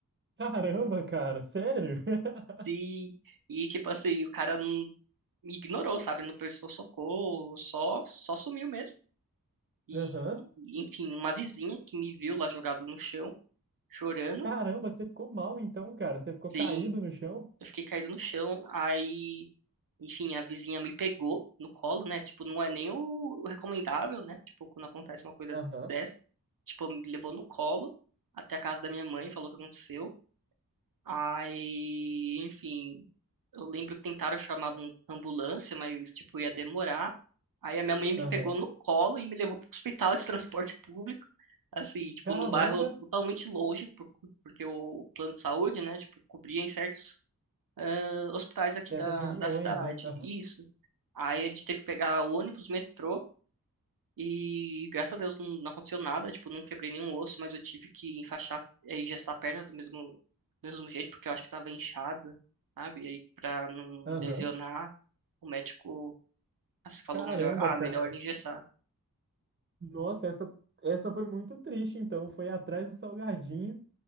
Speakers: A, on the right; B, on the right.
A: Caramba, cara, sério? <laughs>
B: E, e tipo assim, o cara não me ignorou, sabe? Não prestou socorro, só, só sumiu mesmo. E,
A: Aham.
B: e, enfim, uma vizinha que me viu lá jogado no chão, chorando,
A: Caramba, você ficou mal então, cara. Você ficou
B: sim,
A: caído no chão?
B: eu fiquei caído no chão. Aí Enfim, a vizinha me pegou no colo, né? Tipo, não é nem o o recomendável, né? Tipo, quando acontece uma coisa
A: Aham,
B: dessa. Tipo, me levou no colo até a casa da minha mãe, falou o que aconteceu. Aí, enfim, eu lembro que tentaram chamar uma ambulância, mas, tipo, ia demorar. Aí a minha mãe me
A: aham.
B: pegou no colo e me levou pro hospital de <laughs> transporte público. Assim, tipo,
A: Caramba,
B: num bairro totalmente longe, por- porque o plano de saúde, né, tipo, cobria em certos ah, hospitais aqui
A: certas
B: da,
A: regiões,
B: da cidade.
A: né? Aham,
B: Isso. Aí a gente teve que pegar ônibus, metrô, e graças a Deus não, não aconteceu nada, tipo, não quebrei nenhum osso, mas eu tive que enfaixar, eh, engessar a perna do mesmo, mesmo jeito, porque eu acho que tava inchada, sabe? E aí pra não
A: aham.
B: lesionar, o médico assim, falou
A: Caramba,
B: melhor, ah,
A: cara.
B: melhor engessar.
A: Nossa, essa, essa foi muito triste então. Foi atrás do salgadinho.